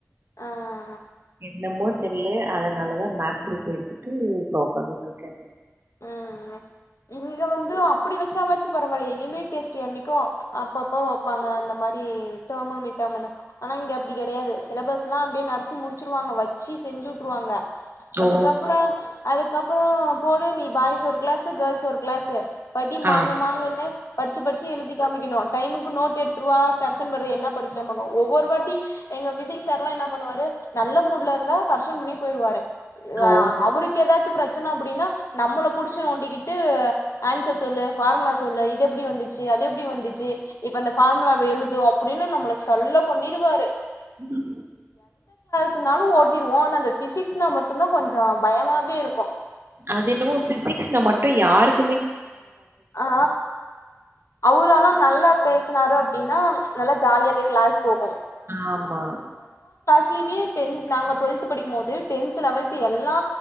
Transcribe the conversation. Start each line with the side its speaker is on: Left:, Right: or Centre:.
Left: ஆ
Right: என்னமோ தெரியல அதனாலதா மேக்ஸ் குரூப் எடுத்துட்டு இப்ப உட்காந்துட்டு இருக்கேங்க
Left: ம் ம் இங்க வந்து அப்பிடி வெச்சாவாச்சு பரவால்லையே யுனிட் டெஸ்ட்டு அன்னைக்கு அப்பப்ப வப்பாங்க அந்த மாரி டேம் மானி டேமுனு ஆனா இங்க அப்டி கெடையாது சிலபஸ்லா அப்டியே நடத்தி முடிச்சிருவாங்க வச்சு செஞ்சு வுட்டுருவாங்க அதுக்கப்றோ
Right: ஓ!
Left: அதுக்கப்றோ போடு நீ பாய்ஸ் ஒரு கிளாஸு கேர்ள்ஸ் ஒரு கிளாஸு படி மாங்கு
Right: ஆ.
Left: மாங்குன்னு படிச்சு படிச்சு எழுதி காமிக்கணு டைமுக்கு நோட் எடுத்துருவா கரக்ஷன் பண்றது என்ன படிச்சேம்பாங்க ஒவ்வொரு வாட்டி எங்க ஃபிசிக்ஸ் சார்லா என்னா பண்ணுவாரு நல்ல மூட்ல இருந்தா கரக்ஷன் பண்ணி போயிருவாரு ஆ
Right: ஓ!
Left: அவருக்கு எதாச்சு பிரச்சன அப்டினா நம்மள புடிச்சு‌ நோண்டிக்கிட்டு ஆன்சர் சொல்லு ஃபார்முலா சொல்லு இதப் பெப்டி வந்துச்சு அது எப்டி வந்துச்சு இப்ப அந்த ஃபார்முலாவ எழுது அப்டின்னு நம்மள சல்ல பண்ணிருவாரு
Right: உம்
Left: இருந்தாலு ஓட்டிருவோ ஆனா அந்த ஃபிசிக்ஸ்னா மட்டுந்தா கொஞ்ச பயமாவே இருக்கு
Right: அது என்னமோ ஃபிசிக்ஸ்னா மட்டு யாருக்
Left: ஆ அவுரு ஆனா நல்லா பேசு னாறு அப்டின்னா நல்லா ஜாலியாவே கிளாஸ் போகு
Right: ஆமா
Left: த்லைமே டென் நாங்க டுவெல்த்து படிக்கும்மோது டென்த்து லவல்த்து எல்லா